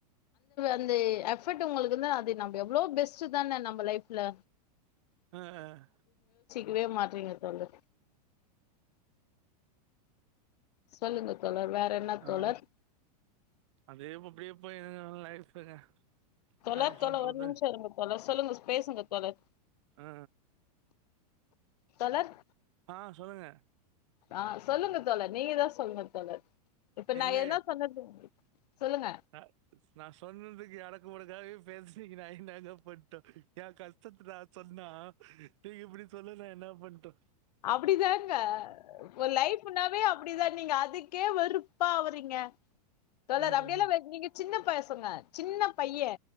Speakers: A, on the left; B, on the right.
A: ந்தே எவட் உங்களுக்கிருந்தா அது நம்ப எவ்ளோ பெஸ் சுதான நம்ம லைஃப்ல
B: உ ஆஹ
A: க்வே மாட்றீங்க தோழர் சொல்லுங்க தோழர் வேற என்ன
B: ஆ
A: தோழர்
B: அதே அப்டியே போயினுருங்கவ லைஃப்ங்க
A: தோழர்
B: என்னா பண்றது
A: தோழ ஒரு நிமிஷோ இருங்க தோழர்ஸ் சொல்லுங்க ஸ்பேசுங்க தோழர்
B: ஆ
A: தோழர்
B: ஆ சொல்லுங்க
A: ஆ சொல்லுங்க தோழர் நீங்க தா சொல்லுங்க தோழர் இப்ப நா
B: எங்க
A: என்ன சொன்னது சொல்லுங்க
B: அ நா சொன்னதுக்கு எடக்கு முடக்காவே பேசிக் நா இந்தாங்க பன்டோ ஏ கஷ்டத்னா சொன்னா நீங்க இப்படி சொல்ல நா என்ன பண்டு
A: அப்டிதாங்க ஒரு லைஃப்னாவே அப்டிதா நீங்க அதுக்கே வெறுப்பா அவுறீங்க சொல்ராரு
B: ம்
A: அப்டியெல்லா வெ நீங்க சின்ன பசங்க சின்ன பையே